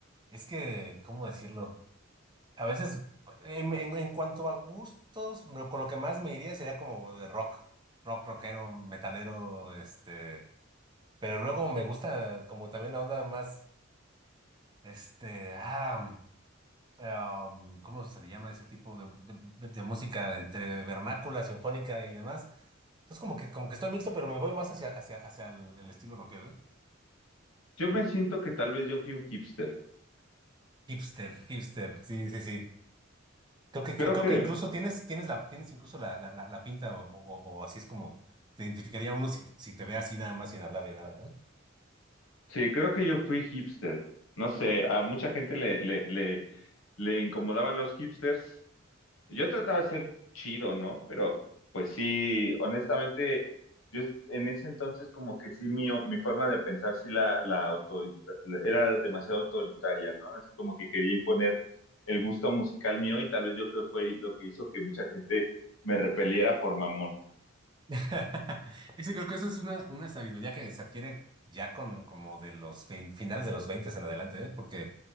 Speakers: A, on the right (about 20°); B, on the left (about 80°).
A: Es que, ¿cómo decirlo? A veces, en, en- en cuanto a gustos, lo- con lo que más me iría sería como de rock, rock, rockero, metalero, este, pero luego me gusta como también la onda más, este, ah... am, ¿cómo se le llama ese tipo de, de- de música entre vernácula, sinfónica y demás? Entonces como que, como que estoy mixto, pero me voy más hacia, hacia, hacia el, el estilo rockero, ¿eh?
B: Yo me siento que tal vez yo fui un hipster.
A: Hipster, hipster, sí, sí, sí. Creo que,
B: Creo
A: creo
B: que,
A: que incluso tienes, tienes la, tienes incluso la, la, la, la pinta o, o, o así es como te identificaría uno si, si te ve así nada más sin hablar ni nada, ¿eh?
B: sí, creo que yo fui hipster. No sé, a mucha gente le, le, le, le incomodaban los hipsters. Yo trataba de ser chido, ¿no? Pero pues sí, honestamente, yo en ese entonces como que sí mi, mi forma de pensar sí la, la autorita- la- era demasiado autoritaria, ¿no? Así como que quería imponer el gusto musical mío y tal vez yo creo que fue lo que hizo que mucha gente me repeliera por mamón.
A: <laughs> Ese creo que eso es una, una sabiduría que se adquiere ya con como de los fin- finales de los 20 en adelante, ¿eh? Porque